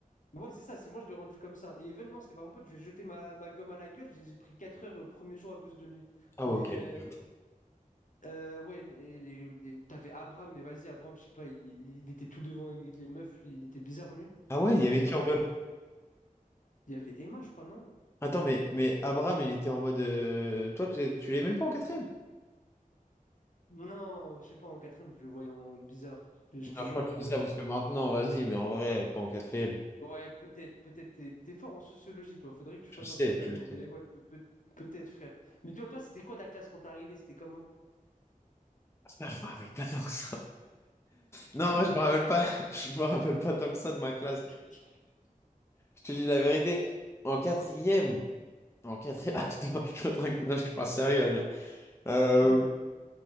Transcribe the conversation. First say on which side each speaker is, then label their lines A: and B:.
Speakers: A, on the left (about 60°); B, on the left (about 20°).
A: Ouais, c'est ça, c'est moi, je l'ai rendu comme ça. Et Evan, non, c'était pas mon pote, j'ai jeté ma, ma gomme à la gueule, j'ai j'ai pris quatre heures au premier jour à cause de lui.
B: Ah
A: Mais
B: ouais, ok.
A: euh,
B: les deux.
A: euh, ouais, et- et- et t'avais Abraham, mais vas-y, Abraham, je sais pas, il, il- il était tout devant avec les meufs, il était bizarre, lui.
B: Ah ouais, il y avait
A: Mais non,
B: qui
A: je
B: en
A: te
B: mode...
A: jure, il y avait Emma, je crois, non?
B: Attends, mais, mais Abraham, il était en mode... euh, Toi, tu tu l'aimais pas en quatrième?
A: Non, je sais pas, en quatrième, je le voyais en bizarre. Je, je
B: Non,
A: te
B: je
A: jure.
B: crois
A: euh,
B: que tu dis ça parce que maintenant, vas-y, mais en vrai, pas en quatrième.
A: Ouais, peut-être, peut-être. T'es t'es fort en sociologie, toi. Faudrait que tu
B: Tu
A: fasses
B: le sais,
A: un truc
B: tu
A: là-dedans.
B: le sais.
A: Mais ouais, peut, peut- peut-être, frère. Mais toi, toi, c'était quoi ta classe quand t'es arrivé? C'était comment?
B: Ah, je me rappelle pas tant que ça. Non,
A: Hein
B: en vrai, je me rappelle pas. <laughs> Je me rappelle pas tant que ça de ma classe.
A: <laughs>
B: Je te dis la vérité. En quatrième. En quatrième. <laughs> Ah, putain, je suis en train de- Non, je suis pas sérieux, Amir. Euh,
A: Ouais.